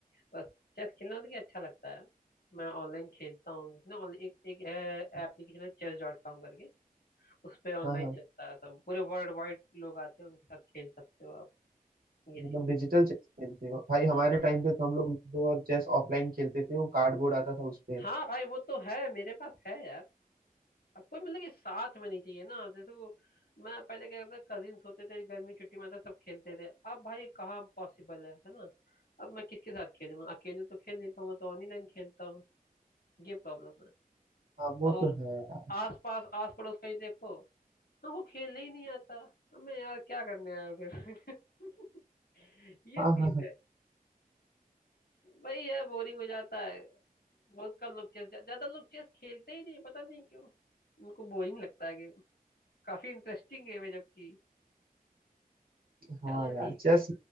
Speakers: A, on the left (about 85°); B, on the right (about 75°).
A: बस चेस खेलना मतलब कि अच्छा लगता है मैं ऑनलाइन खेलता हूँ ना ऑनलाइन एक एक
B: है।
A: एप्लीकेशन है चेस डॉट कॉम करके उस पे ऑनलाइन
B: हाँ हाँ
A: चलता है सब पूरे वर्ल्ड वाइड लोग आते हैं उनके साथ खेल सकते हो आप ये
B: मतलब
A: सीन है
B: डिजिटल चेस खेलते हो भाई हमारे
A: हाँ
B: टाइम पे तो हम लोग लूडो और चेस ऑफलाइन खेलते थे वो कार्डबोर्ड आता था उस पे
A: हाँ भाई वो तो है मेरे पास है यार आपको मतलब कि साथ में नहीं चाहिए ना जैसे वो मैं पहले क्या करता कजिन्स होते थे गर्मी की छुट्टी में आते सब खेलते थे अब भाई कहाँ पॉसिबल है है ना अब मैं किसके साथ खेलूंगा अकेले तो खेल नहीं पाऊंगा तो ऑनलाइन खेलता हूँ ये प्रॉब्लम है
B: हाँ वो
A: और
B: तो है यार
A: आस पास आस पड़ोस कहीं देखो हाँ वो खेलने ही नहीं आता अब मैं यार क्या करने आया फिर <laughs> ये
B: हाँ
A: सीन
B: हाँ हाँ
A: है वही है बोरिंग हो जाता है बहुत कम लोग चेस ज्यादा लोग चेस खेलते ही नहीं पता नहीं क्यों उनको बोरिंग लगता है गेम काफी इंटरेस्टिंग गेम है जबकि
B: हाँ
A: चलो
B: यार
A: ठीक
B: चेस
A: है